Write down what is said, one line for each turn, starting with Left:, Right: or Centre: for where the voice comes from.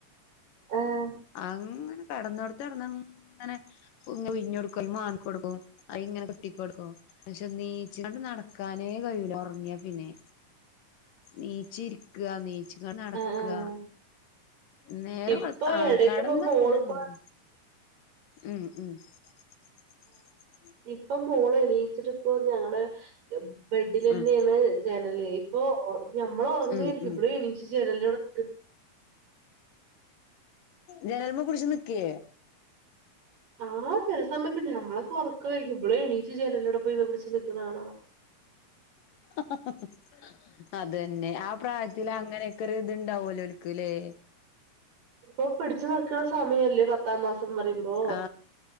Right: ആഹ്
Left: അ പെടന്ന കൊടുത്ത് ഇടന്ന് ഇങ്ങനെ ഇ വിഞ്ഞഞ് കൊടുക്കും മാങ്ങക്ക് കൊടുക്കും അ ഇങ്ങനെ കുട്ടിക്ക് കൊടുക്കും പക്ഷെ നീച്ചൊണ്ട് നടക്കാനേ കഴൂല ഉറങ്ങിയാ പിന്നെ നെയ്ച്ചി ഇരിക്കുക നെയച്ച നടക്കുക
Right: ആഹ് ആഹ്
Left: നേരം
Right: ഇപ്പൊ
Left: കൊ ആ
Right: എടയിലിപ്പോ
Left: കടന്നാ
Right: മോളിപ്പോ
Left: പിന്നെ നേരം ഉ ഉ <inaudible>
Right: ഇപ്പം മോള് എണീയിച്ചിട്ട ഇപ്പോ ഞങ്ങളടെ ബെഡിൽ തന്നെയാണ്
Left: ഉം
Right: ജനല് ഓ ഞമ്മള ഉറങ്ങയിരിക്കും
Left: ഉം ഉം
Right: ഇവിടെ എണീച്ച് ജനലോണം
Left: ജനൽമ കുടിച്ച് നിക്കേ
Right: ആ ചെില സമയത്ത് ഞമ്മളെ കൊറ ഒക്കരിക്കുമ്പോളേോ നീ ചു ചാൻ എല്ലോടെ പോയിന്ന് പിടിച്ചച്ച് നിൽക്കണാണോ
Left: <unintelligible> അത് തന്നെ ആ പ്രായത്തിൽ അങ്ങനെയൊക്കെ ഒരു ഇത്ണ്ടാവുമല്ലോ ഒക്ക്ല്ലേ
Right: ഇപ്പൊ പിടിച്ചു നക്കുന്ന സമയല്ലേ പത്താം മാസം പറയുമ്പോ
Left: ആ